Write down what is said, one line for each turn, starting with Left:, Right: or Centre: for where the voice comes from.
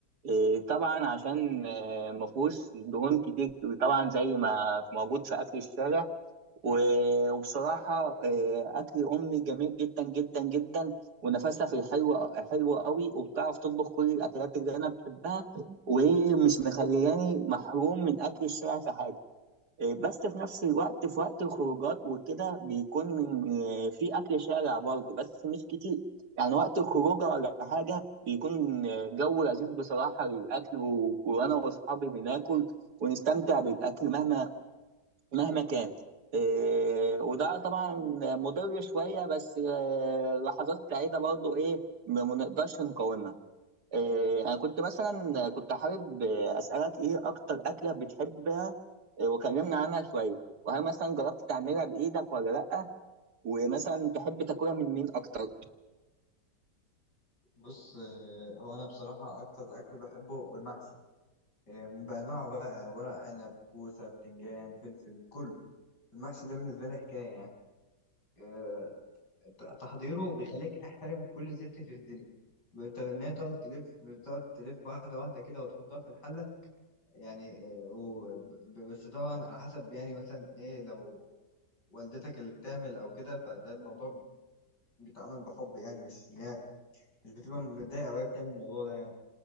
Right: آه، طبعا عشان آه، مفهوش دهون كتير طبعا زي ما موجود في اكل الشارع و- وبصراحة آه، أكل أمي جميل جدا جدا جدا ونفسها في الحلو حلو قوي وبتعرف تطبخ كل الأكلات اللي أنا بحبها ومش مخلياني محروم من أكل الشارع في حاجة آه، بس في نفس الوقت في وقت الخروجات وكده بيكون آه، في أكل شارع برضه بس مش كتير يعني وقت الخروجة ولا حاجة بيكون آه، جو لذيذ بصراحة للأكل و- وأنا وأصحابي بناكل ونستمتع بالأكل مهما مهما كان إيه وده طبعا مضر شويه بس إيه لحظات سعيده برضو ايه ما ما نقدرش نقاومها إيه انا كنت مثلا كنت حابب آه، اسالك ايه اكتر اكله بتحبها آه، وكلمنا عنها شويه وهل مثلا جربت تعملها بايدك ولا لا ومثلا تحب تاكلها من مين اكتر
Left: بص إيه هو انا بصراحة اكتر اكل بحبه المحشي إيه بانواعه بقى ورق عنب كوسة بتنجان فلفل كله المحشي ده بالنسبة لي حكاية يعني ت- تحضيره بيخليك تحترم كل ست في الدنيا انت انها تقعد تلف بتقعد تلف واحده واحده كده وتحطها في الحله يعني آه، وب- ب- بس طبعا على حسب يعني مثلا ايه لو والدتك اللي بتعمل او كده فده الموضوع بيتعمل بحب يعني مش ان هي مش بتبقى متضايقه وهي بتعمل الموضوع ده يعني